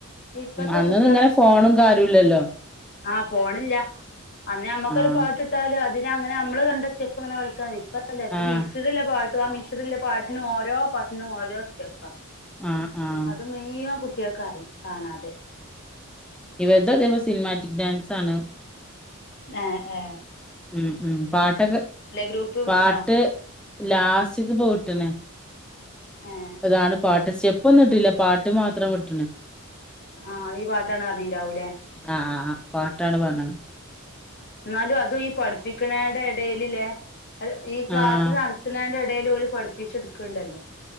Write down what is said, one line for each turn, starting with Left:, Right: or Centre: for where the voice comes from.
Left: ഇപ്പത്തെ
Centre: ഉം അന്നൊന്നും
Left: കുട്
Centre: ഇങ്ങനെ ഫോണും കാര്യുല്ലല്ലോ
Left: ആ ഫോണില്ല അന്നേ നമ്മുക്കൊരു
Centre: ആഹ്
Left: പാട്ടിട്ടാല് അ ദിര അങ്ങനെ അമ്മൾ കണ്ട സ്റ്റെപ്പ്ങ്ങനെളിക്ക പ്പ അല്ലെ ഇപ്പ
Centre: ആഹ്
Left: മിക്സിഡ്ല്ല പാട് പ ആ മിഷ്ട്ള്ള പാട്ടിനും ഓരോ പട്ടിനും ഓരോ സ്റ്റപ്പ
Centre: ആഹ് ആഹ്
Left: അത് മെയം കുട് ട്ട്യേക്കറി കാണാതെ
Centre: ഇവര്ത അദേ വൊ സിൻമാറ്റിക് ഡാൻസാണ്
Left: എ എ
Centre: ഉം ഉം പാട്ടൊക്കെ
Left: ഗ്രൂപ്പ് വിട്ടണോ
Centre: പാട്ട് ലാസ്റ്റിക്ക് പ്പ വിട്ട്ണ്
Left: ഏഹ്
Centre: പ്പ താണ്
Left: അത്
Centre: പാട്ട്
Left: ശെരി
Centre: സ്റ്റെപ്പൊന്നുംഇട്ടില്ല പാട്ട് മാത്രം വിട്ട്ണ്
Left: ആ ഈ പാട്ടാണർഞ്ഞിണ്ടാവൂലേ
Centre: ആഹ് ആഹ് ആഹ് പാട്ടാണ് പറഞ്
Left: ന്നാലും അതു ഈ പഠിപ്പിക്ണേന്റെ ഇടേല് ല്ലെ അ ഈ ക്ലാസ്
Centre: ആഹ്
Left: നടത്ണേന്റെ ഇട ടേല് ഓൽ പഠിപ്പിച്ചെട്ക്ണ്ടല്ലോ